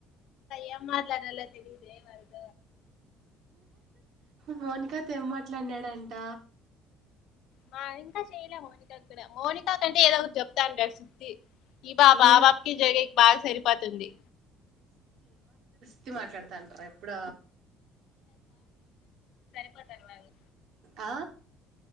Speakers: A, on the left; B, on the right.
A: ఏ మాట్లా నలా తెలిదే వార్ద
B: మోనకా తె ఏం మాట్లాడినాడుండి ద్ద
A: మా ఇంకా చేయలే మ క్కడ మోనికా కంటే ఏదో ఒక చెప్తాను సద్తి ఈ బా బాబాబకి
B: ఏ
A: జరిగ బాగా సరిపోతుంది
B: వతి మాట్లాడుతా అంటారా ఎప్పుడ
A: ఇ తర్లేదు
B: ఆ